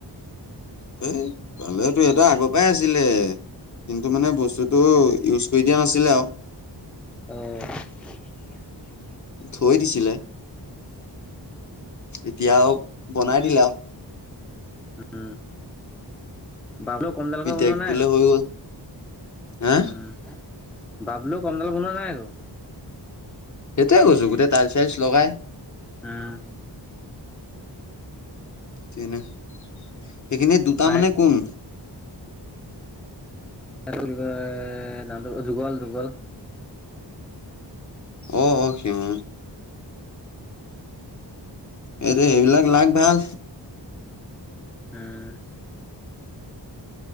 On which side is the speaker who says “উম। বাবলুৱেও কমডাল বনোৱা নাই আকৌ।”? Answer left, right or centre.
Centre